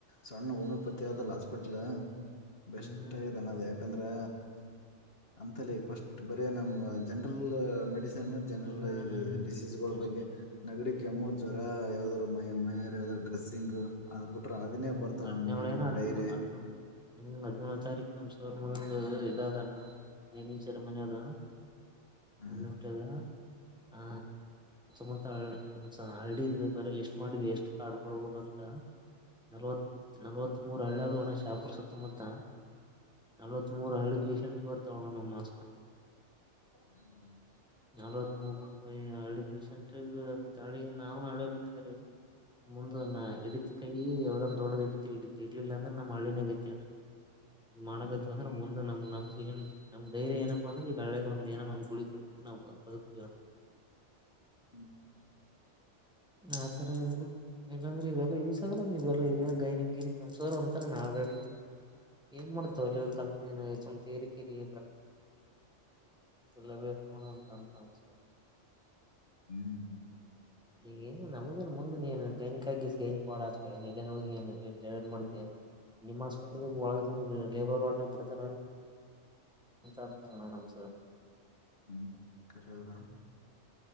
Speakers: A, on the left; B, in the centre.
A: ಸಣ್ಣ ಹೋಮಿಯೋಪತಿ ಆದಲ್ಲ ಹಾಸ್ಪಿಟ್ಲ್ ಬೆಸ್ಟ್
B: ಹ್ಮ್
A: ಆದ ಅದು ಯಾಕಂದ್ರೆ ಅ ಸ್ ಬ ನ ಜನರಲ್ ಮೆ ಜನರಲ್
B: ಹ್ಮ್
A: ಡಿಸೀಸ್
B: ಅಷ್ಟೇ
A: ಬಗ್ಗೆ ನಗಡಿ ಕೆಮ್ಮು ಜ್ವರ ಯಾವಾದ ತಮ್ಮ ಅಮ್ಮ ಯಾವ್ದ್ರ ಡ್ರೆಸ್ಸಿಂಗ್ ಅದು ಬಿಟ್ರೆ ಅದನ್ನೇ
B: ಹ್ಮ
A: ಬರ್ತಾವ
B: ಹದಿನೇಳಳು
A: ಮೇನ್
B: ಏನ
A: ಡೈರಿ
B: ಹ ಹದ ಹ್ಮ್ ಹದಿನೇಳಳು ತಾರೀಕು ನಮ್ ಸೋರ್ ಮುಗಂದು ಇದಾದಣ ನಚರ ಮನದ
A: ಹ್ಮ್
B: ನ ನೂಟದ ಆ ಮ ಒಂದ್ಸ ಹರ್ಡ ಬರ ಲಿಸ್ಟ್ ಮಾಡಿದ್ವಿ ಎಷ್ಟು ಕಾರ್ಡ್ ಕೊಡ್ಬೋದ ಅಂತ ನಲವತ್ ನಲ್ವತ್ ಮೂರು ಹಳ್ಳಿಯದು ಒಣ ಶಾಪುರ್ ಸುತ್ತಮುತ್ತ ನಲವತ್ ಮೂರ ಹಳ್ಳಿ ಪೇಶಷೆಂಟ್ ಬರ್ತಾವಣ್ಣ ನಮ್ಮ ಹಾಸ್ಪಿಟ್ಲ್
A: ಹ್ಮ್
B: ನಲ್ವತ್ ಮೂ ಹ ಪಷಂಟ್ ಮಳಿ ನಾವವು ನಾಳೆ ಹಟ್ಟಿದ ರ ಮುಂದೆನ್ನ ಎಡ್ತಿ ಕೈ ಎ ತೊಡದು ಇಡ್ತ ಇಡ್ತ ಇಡ್ಲ್ಲಿಲ್ಲಾಂದೆ ನಮ್ಮ ಅಳ್ಳಿನಂಗಚೆ ಮಾಡಕತ್ತ
A: ಹ್ಮ್
B: ಅಂದ್ರೆ ಮುಂದೆ ನಮ್ ನಮ್ಗೆ ಏನ್ ನಮ ಧೈರ್ಯ ನಪ್ಪ ಅಂದ್ರೆ ಈಗ ಕೆಳೆಗೆ ಒಏನ ಒಂದು ಕುಳಪಟ್ಟು ನಾವು ಬದುಕಿ
A: ಹ್ಮ್
B: ನತ್ತರ ಇದು ಇಲ್ಲಂದ್ರೆ ಇವೆಲ್ಲ ಇಲ್ಸ್ರ ನೀ ಇವೆಲ್ಲ ಇದ ಗೈನಿ ಗೈನಿಕ್ ನಮಸ ಅಂತಾರೆ ನ ಆಲ್ರೆಡಿ ಏನ್ ಮಾಡ್ತವವೆ ಅಲ್ಲಿ ಕಕೆಕ್ಟಲ್ ನೋಡ ಅಂತ ಅಂತಸೆ
A: ಹ್ಮ್
B: ಈಗ ನು ನಮಗೇನ್ ಮುಂದ ನೀನ್ ಗೈನಿಕಗ ಗೈನಿಕ ಹಾ ಹ ಆಕ್ತನ್ ಹೋಗಿ ಮಾಡ್ತ ನಿಮ್ಮ ಹಸ್ಪಿ
A: ಹ್ಮ್
B: ಒಳ ಲೇಬರ್ಡ್ ವಾದಂತ ಅಮಂತಣ ನಮಸ
A: ಹ್ಮ್ ಕೆರದಾ